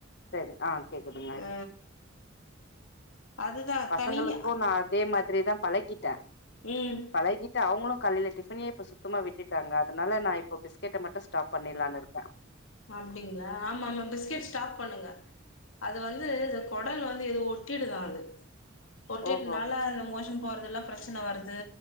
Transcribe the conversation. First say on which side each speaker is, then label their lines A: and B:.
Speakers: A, on the left; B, on the left.
A: சரி ஆ கேக்குதுங்க
B: ஆ அதுதா
A: பசங்களுக்கும்
B: தனியா
A: நான் அதே மாதிரிதான் பழக்கிட்ட
B: ம்
A: பழகிட்டு அவங்களும் காலைய்ல டிஃபனே இப்ப சுத்தமா விட்டுட்டாங்க அதனால நான் இப் இப்போ பிஸ்கெட்ட மட்டு ஸ்டாப் பண்ணிடலானுக் இருக்கே
B: அப்பிடிங்களா ஆமா ஆமா பிஸ்கட் ஸ்டாப் பண்ணுங்க அது வந்து இந்த குடல் வந்து எது ஒட்டிடுதா அது ஒட்டிட்டுனால
A: ஓஹோ
B: அந்த மோஷன் போற அதெல்லா பிரச்சனை வருது